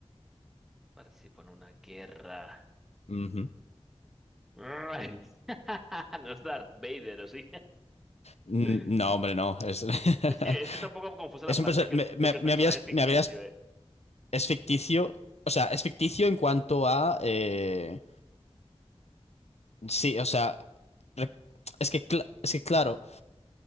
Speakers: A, in the centre; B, on the left (about 85°).
A: participó en una guerra.
B: Ujú.
A: Ay, <laughs> No es Darth Vader, ¿o sí?
B: Mm,
A: <laughs>
B: No, hombre, no. Es, <laughs>
A: Es que, es que está un poco confusa
B: es
A: la parte
B: un perso-
A: que-
B: me,
A: de
B: me-
A: que el
B: me
A: personaje
B: habías,
A: es ficticio,
B: me habías.
A: ¿eh?
B: Es ficticio. O sea, es ficticio en cuanto a. eh, Sí, o sea. re- Es que, cla- es que claro.